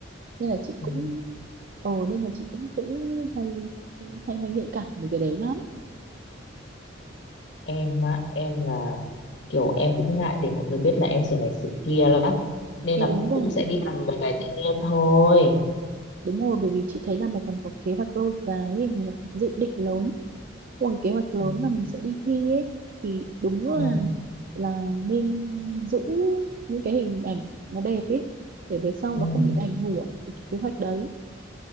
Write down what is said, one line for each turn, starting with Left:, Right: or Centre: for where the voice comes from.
Right: nên là chị
Left: ừ.
Right: cũng ờ nên là chị cũng cũng hay hay hay nhạy cảm về cái đấy lắm
Left: em á em là kiểu em cũng ngại để mọi người biết là em sửa này sửa kia lắm nên
Right: thì
Left: là
Right: đúng rồi
Left: cũng sẽ đi làm mấy cái tự nhiên thôi
Right: đúng rồi bởi vì chị thấy là mày còn có kế hoạch lâu dài ấy, mày có dự định lớn còn kế hoạch lớn
Left: ừ.
Right: là mình sẽ đi thi ấy thì đúng là
Left: Ừ.
Right: là nên giữ những cái hình ảnh nó đẹp ấy để về sau
Left: Ừ.
Right: nó không bị ảnh hưởng đến cái kế hoạch đấy